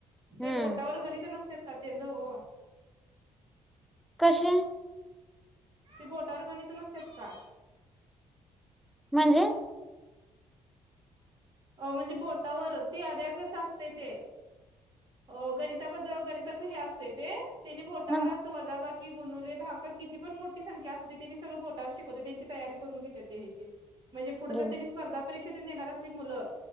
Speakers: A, on the right (about 45°); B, in the centre.
A: ते
B: हम्म
A: बोटावर गणित नसत्यात का तेज ओ.
B: कसे?
A: ती बोटावर गणीत नसतात का.
B: म्हणजे?
A: अ म्हणजे बोटावर ते आब्याकस असते ते. हो गणिताबद्दल गणिताचं हे असत ते त्यांनी बोटावर
B: हा
A: असं वजाबा कि गुणुले भागाकार किती पण मोठी संख्या असते त्यांनी सगळं बोटावर शिकवते त्यांची तयारी करून घेतात ते हे जी. म्हणजे पुढे जर
B: गेली
A: त्यांनी स्पर्धा परीक्षा देणार असली मुलं,